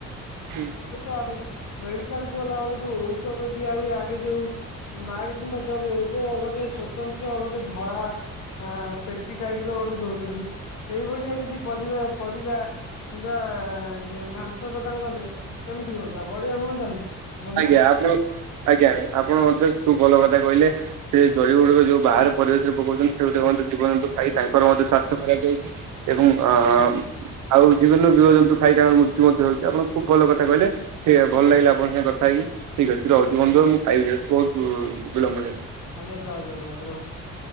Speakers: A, on the right (about 85°); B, on the left (about 75°).
A: ହୁଁ।
B: ଏବେ ତ ଆମେ ମେଡିକାଲ କୁ ଗଲାବେଳେ ଯୋଉ ଔଷଧ ଦିଆ ହୁଏ ଆଗେ ଯୋଉ ବାଗ କିମ୍ବା ଜରିରେ ଏବେ ଗୋଟେ ସ୍ୱତନ୍ତ୍ର ଗୋଟେ ଧଳା ଆ ପେଟି ଟାଇପ ର ଗୋଟେ ଦଉଛନ୍ତି, ସେଇଭଳିଆ ଯଦି ପରିବା ପରିବା କିମ୍ବା ମାଂସ ଦୋକାନ ଗଲେ କେମିତି ହୁଅନ୍ତା ବଢିଆ ହୁଅନ୍ତାନି। ବନ୍ଧୁ
A: ଆଜ୍ଞା ଆପଣ ଆଜ୍ଞା ଆପଣ ମତେ ଖୁବ୍ ଭଲ କଥା କହିଲେ। ସେ ଜରି ଗୁଡିକ ଯୋଉ ବାହାରେ ପରିବେଶରେ ପକଉଛନ୍ତି, ସେଗୁଡିକ ମଧ୍ୟ ଜିବଜନ୍ତୁ ଖାଇ ତାଙ୍କର ମଧ୍ୟ ସ୍ୱାସ୍ଥ୍ୟ ଖରାପ ହୋଉଚି। ଏବଂ ଆ
B: ଆଜ୍ଞା
A: ଆଉ ଜୀବ ଜୀବଜନ୍ତୁ ଖାଇ ତାଙ୍କ ମୃତ୍ୟୁ ମଧ୍ୟ ହଉଛି, ଆପଣ ଖୁବ ଭଲ କଥା କହିଲେ ହେ ଭଲ ଲାଗିଲା ଆପଣ ଙ୍କ ସାଥେ କଥା ଥାଇକି ଠିକ ଅଛି ରହୁଛି ବନ୍ଧୁ
B: ଆଜ୍ଞା
A: ମୁଁ ଖାଇବି ଯାଉଛି ବହୁତ ବିଳମ୍ବ ହେଲାଣି।
B: ଆଜ୍ଞା ଜୟ ଜଗନ୍ନାଥ ରଖୁଛି।